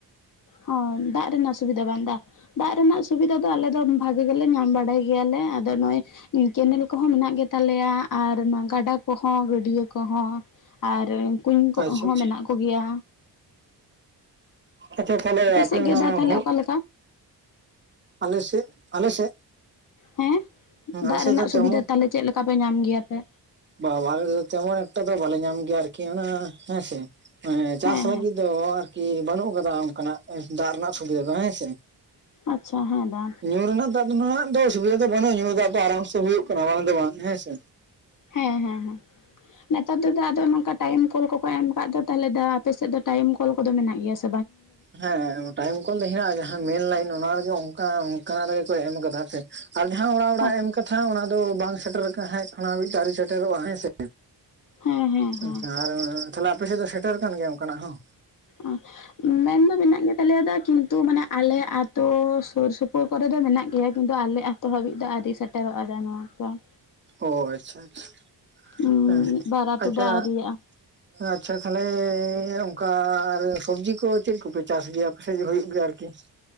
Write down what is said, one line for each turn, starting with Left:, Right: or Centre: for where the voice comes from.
Left: ᱦᱚᱭ ᱫᱟᱜ ᱨᱮᱱᱟᱜ ᱥᱩᱵᱤᱫᱷᱟ ᱵᱟᱝ ᱫᱟ, ᱫᱟᱜ ᱨᱮᱱᱟᱜ ᱥᱩᱵᱤᱫᱷᱟ ᱫᱚ ᱟᱞᱮ ᱫᱚ ᱵᱷᱟᱜᱮ ᱜᱮᱞᱮ ᱧᱟᱢ ᱵᱟᱲᱟᱭ ᱜᱮᱭᱟᱞᱮ ᱟᱫᱚ ᱱᱚᱜ ᱠᱮᱱᱮᱞ ᱠᱚᱦᱚᱸ ᱢᱮᱱᱟᱜ ᱜᱮᱛᱟᱞᱮᱭᱟ ᱟᱨ ᱚᱱᱮ ᱜᱟᱰᱟ ᱠᱚᱦᱚᱸ ᱜᱟᱹᱰᱤᱭᱟᱹ ᱠᱚᱸᱦᱚᱸ ᱾ ᱟᱨ ᱠᱩᱧ ᱠᱚᱦᱚᱸ
Right: ᱟᱪᱪᱷᱟ ᱟᱪᱪᱷᱟ
Left: ᱢᱮᱱᱟᱜ ᱠᱚᱜᱮᱭᱟ᱾
Right: ᱟᱪᱪᱷᱟ ᱛᱟᱦᱚᱞᱮ ᱟᱯᱮ
Left: ᱥᱮᱫ
Right: ᱚᱱᱟ
Left: ᱜᱮ ᱫᱟᱜ ᱛᱟᱦᱚᱞᱮ
Right: ᱵ
Left: ᱚᱠᱟᱞᱮᱠᱟ
Right: ᱟᱞᱮ ᱥᱮᱫ ᱟᱞᱮ ᱥᱮᱫ,
Left: ᱦᱮᱸ
Right: ᱟᱞᱮ
Left: ᱫᱟᱜ
Right: ᱥᱮᱫ
Left: ᱨᱮᱱᱟᱜ
Right: ᱫᱚ ᱛᱮᱢᱚᱱ
Left: ᱥᱩᱵᱤᱫᱷᱟ ᱛᱟᱦᱚᱞᱮ ᱪᱮᱫ ᱞᱮᱠᱟ ᱯᱮ ᱧᱟᱢ ᱜᱮᱭᱟ ᱯᱮ?
Right: ᱵᱟ ᱟᱞᱮ ᱫᱚ ᱛᱮᱢᱚᱱ ᱮᱠᱴᱟ ᱫᱚ ᱵᱟᱞᱮ ᱧᱟᱢ ᱜᱮᱭᱟ ᱟᱨᱠᱤ ᱚᱱᱟ ᱦᱮᱸᱥᱮ ᱪᱟᱥ
Left: ᱦᱮᱸ
Right: ᱞᱟᱹᱜᱤᱫ,
Left: ᱦᱮᱸ
Right: ᱫᱚ ᱟᱨᱠᱤ ᱵᱟᱹᱱᱩᱜ ᱠᱟᱫᱟ ᱚᱱᱠᱟᱱᱟᱜ ᱫᱟᱜ ᱨᱮᱱᱟᱜ ᱥᱩᱵᱤᱫᱷᱟ ᱫᱚ ᱦᱮᱸ ᱥᱮ᱾
Left: ᱟᱪᱪᱷᱟ ᱦᱮᱸ ᱫᱟ,
Right: ᱧᱩ ᱨᱮᱱᱟᱜ ᱫᱟᱜ ᱨᱮᱱᱟᱜ ᱫᱚ ᱚᱥᱩᱵᱤᱫᱷᱟ ᱫᱚ ᱵᱟᱹᱱᱩᱜᱼᱟ ᱧᱩ ᱫᱟᱜ ᱫᱚ ᱟᱨᱟᱢ ᱥᱮ ᱦᱩᱭᱩᱜ ᱠᱟᱱᱟ ᱵᱟᱝ ᱫᱚ ᱵᱟᱝ ᱦᱮᱸᱥᱮ᱾
Left: ᱦᱮᱸ ᱦᱮᱸ ᱦᱮᱸ ᱱᱮᱛᱟᱨ ᱫᱚ ᱫᱟ ᱟᱫᱚ ᱱᱚᱝᱠᱟ ᱴᱟᱭᱤᱢ ᱠᱚᱞ ᱠᱚ ᱠᱚ ᱮᱢ ᱠᱟᱫ ᱫᱚ ᱛᱟᱦᱚᱞᱮ ᱫᱟ ᱟᱯᱮᱥᱮᱫ ᱫᱚ ᱴᱟᱭᱤᱢ ᱠᱚᱞ ᱠᱚᱫᱚ ᱢᱮᱱᱟᱜ ᱜᱮᱭᱟᱥᱮ
Right: ᱦᱮᱸᱻ ᱾ ᱴᱟᱭᱤᱢ ᱠᱚᱞ ᱫᱚ ᱦᱮᱱᱟᱜᱼᱟ ᱡᱟᱦᱟᱸ ᱢᱮᱱ ᱞᱟᱭᱤᱱ ᱚᱱᱟ ᱨᱮᱜᱮ ᱚᱱᱠᱟ ᱚᱱᱠᱟ ᱨᱮᱜᱮ ᱠᱚ ᱮᱢ ᱠᱟᱫᱟ ᱦᱮᱸᱥᱮ ᱟᱨ ᱡᱟᱦᱟᱸ ᱚᱲᱟᱜ ᱚᱲᱟᱜ
Left: ᱦᱮᱸ
Right: ᱮᱢ ᱠᱟᱛᱷᱟ ᱚᱱᱟ ᱫᱚ ᱵᱟᱝ ᱥᱮᱴᱮᱨ ᱠᱟᱡ ᱦᱟᱸᱜ ᱚᱱᱟ ᱱᱤᱛᱦᱚᱸ ᱟᱣᱨᱤ ᱥᱮᱴᱮᱨᱚᱜᱼᱟ ᱦᱮᱸᱥᱮ᱾
Left: ᱦᱮᱸ ᱦᱮᱸ ᱦᱮᱸ
Right: ᱟᱪᱪᱷᱟ ᱟᱨ ᱛᱟᱦᱚᱞᱮ ᱟᱯᱮ ᱥᱮᱫ ᱫᱚ ᱥᱮᱴᱮᱨ ᱠᱟᱱ ᱜᱮᱭᱟ ᱚᱱᱠᱟᱱᱟᱜ ᱦᱚᱸ?
Left: ᱚᱸ ᱾ ᱢᱮᱱ ᱫᱚ ᱢᱮᱱᱟᱜ ᱜᱮᱛᱟᱞᱮᱭᱟ ᱫᱚ ᱠᱤᱱᱛᱩ ᱢᱟᱱᱮ ᱟᱞᱮ ᱟᱛᱳ ᱥᱩᱨ ᱥᱩᱯᱩᱨ ᱠᱚᱨᱮ ᱫᱚ ᱢᱮᱱᱟᱜ ᱜᱮᱭᱟ ᱠᱤᱱᱛᱩ ᱟᱞᱮ ᱟᱛ ᱟᱛᱳ ᱦᱟᱹᱵᱤᱡ ᱫᱚ ᱟᱹᱣᱨᱤ ᱥᱮᱴᱮᱨᱚᱜᱼᱟ ᱫᱟ ᱱᱚᱣᱟ ᱠᱚ ᱾
Right: ᱚ ᱟᱪᱪᱷᱟ ᱪᱷᱟ
Left: ᱢᱤᱫ
Right: ᱦᱮᱸ
Left: ᱵᱟᱨ ᱟᱛᱳ
Right: ᱟᱪᱪᱷᱟ
Left: ᱫᱚ ᱟᱹᱣᱨᱤᱭᱟᱜᱼᱟ
Right: ᱾ ᱟᱪᱪᱷᱟ ᱛᱟᱦᱚᱞᱮ ᱚᱝᱠᱟ, ᱟᱨ ᱥᱚᱵᱽᱡᱤ ᱠᱚ ᱪᱮᱫ ᱠᱚᱯᱮ ᱪᱟᱥ ᱜᱮᱭᱟ, ᱟᱯᱮᱥᱮᱫ ᱦᱳᱭᱳᱜ ᱜᱮᱭᱟ ᱟᱨᱠᱤ?